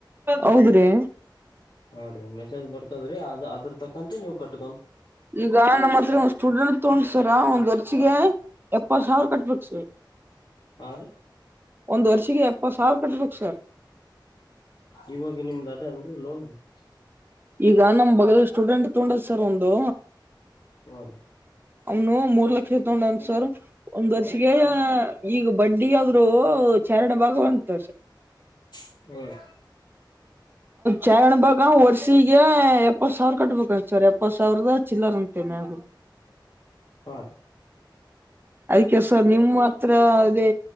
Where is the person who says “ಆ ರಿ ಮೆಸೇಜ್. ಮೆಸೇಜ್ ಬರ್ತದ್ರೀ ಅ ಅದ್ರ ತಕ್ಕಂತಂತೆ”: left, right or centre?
Left